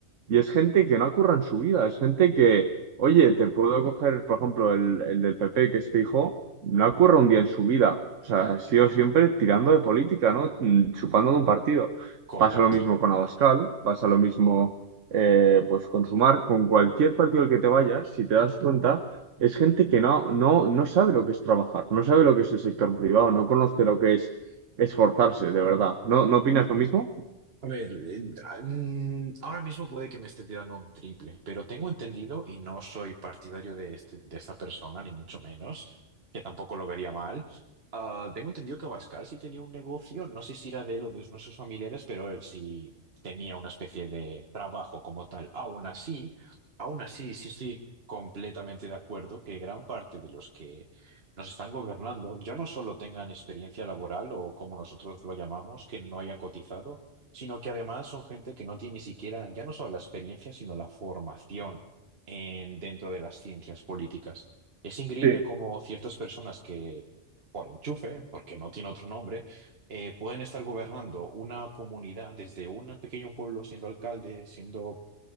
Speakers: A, on the right (about 80°); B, on the right (about 55°).
A: Y es gente que no curra en su vida. Es gente que, oye, te puedo coger, por ejemplo, el, el del PP, que es fijo, no curra un día en su vida. O sea, ha sido siempre tirando de política, ¿no? Mm, Chupando de un partido.
B: Correcto.
A: Pasa lo mismo con Abascal, pasa lo mismo eh, pues consumar con cualquier partido al que te vayas, si te das cuenta, es gente que no, no, no sabe lo que es trabajar, no sabe lo que es el sector privado, no conoce lo que es esforzarse, de verdad. ¿No, no opinas lo mismo?
B: A ver, eh, ah, mm, ahora mismo puede que me esté tirando un triple, pero tengo entendido, y no soy partidario de, este- de esta persona, ni mucho menos, que tampoco lo vería mal. ah, tengo entendido que Abascal sí tenía un negocio, no sé si era de él o de uno de sus familiares, pero él sí tenía una especie de trabajo como tal. Aún así, aún así, sí estoy completamente de acuerdo que gran parte de los que nos están gobernando ya no solo tengan experiencia laboral o como nosotros lo llamamos, que no hayan cotizado sino que además son gente que no tiene ni siquiera, ya no solo la experiencia, sino la formación en, dentro de las ciencias políticas. Es increíble
A: Sí,
B: cómo ciertas personas que, por enchufe, porque no tiene otro nombre, eh, pueden estar gobernando una comunidad desde un pequeño pueblo, siendo alcalde, siendo